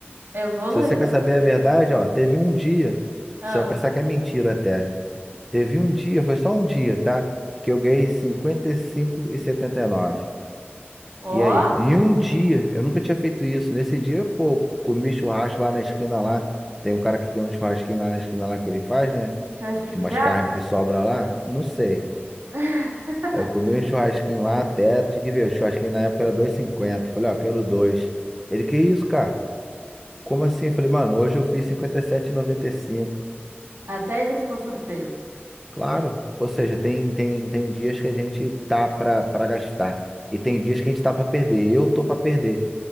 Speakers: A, on the right; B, in the centre.
A: Evoluiu
B: Se você
A: na
B: quer saber
A: vida.
B: a verdade, ó, teve um dia,
A: Ah,
B: você vai pensar que é mentira até. Teve um dia, foi só um dia, tá? Que eu ganhei cinquenta e e e cinco setenta e nove.
A: ó,
B: E aí? Em um dia, eu nunca tinha feito isso. Nesse dia, pô, comi churrasco lá na esquina lá. Tem um cara que tem um churrasquinho lá na esquina lá que ele faz, né?
A: churrasquinho
B: De
A: de
B: umas
A: gato.
B: carnes que sobra lá. Não sei.
A: <laughs>
B: Aí eu comi um churrasquinho lá até, tive que ver, o churrasquinho na época era dois e cinquenta. Falei, ó, quero dois. Ele, que isso, cara? Como assim? Eu falei, mano, hoje eu fiz cinquenta e sete e noventa e cinco.
A: Até ele ficou surpreso.
B: Claro. Ou seja, tem, tem, tem dias que a gente tá pra, pra gastar. E tem dias que a gente tá pra perder. Eu tô pra perder.